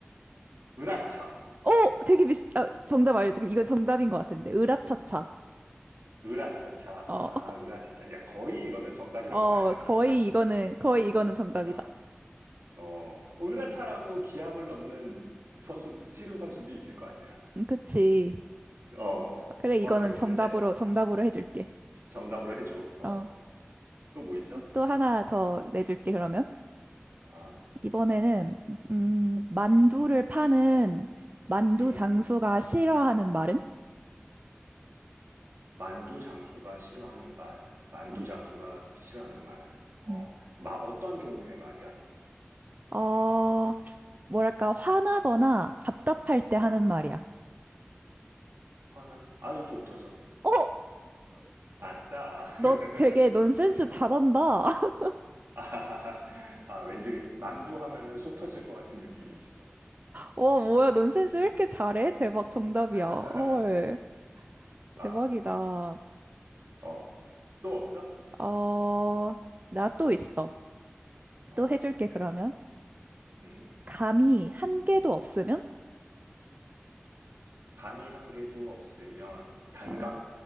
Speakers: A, on the right; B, on the right.
A: 으라차.
B: 어, 되게 비슷, 아, 정답 알려줄게. 이건 정답인 것 같은데. 으라차차.
A: 으라차차.
B: 어,
A: 아, 으라차차. 야, 거의 이거는 정답이라고
B: 어,
A: 봐야 된다.
B: 거의 이거는, 거의 이거는 정답이다.
A: 아, 어, 어, 으라차라고 기합을 넣는 선수, 씨름 선수도 있을 거 아니야.
B: 음, 그치.
A: 어,
B: 그래, 이거는
A: 어, 재밌는데?
B: 정답으로, 정답으로 해줄게.
A: 정답으로 해줘. 어,
B: 어,
A: 또 뭐 있어?
B: 또 하나 더 내줄게, 그러면.
A: 아,
B: 이번에는 음, 만두를 파는 만두
A: 음,
B: 장수가 싫어하는 말은?
A: 만두 장수가 싫어하는 말. 만두
B: 어,
A: 장수가 싫어하는 말. 어,
B: 음.
A: 마, 어떤 종류의 말이야?
B: 어, 뭐랄까 화나거나 답답할 때
A: 어,
B: 하는 말이야.
A: 화나? 아유, 속 터져.
B: 어,
A: 아싸. <laughs>
B: 너 되게 논센스 잘한다. <laughs>
A: 아, <laughs> 아, 왠지 만두 하면은 속 터질 것 같은 느낌이 있어.
B: 와, 뭐야, 논센스 왜 이렇게 잘해? 대박 정답이야.
A: <laughs>
B: 헐, 대박이다.
A: 아, 어, 또 없어?
B: 어, 나 또 있어.
A: 어,
B: 또 해줄게 그러면.
A: 음,
B: 감이 한 개도 없으면?
A: 감이 한 개도 없으면 단감?
B: 어,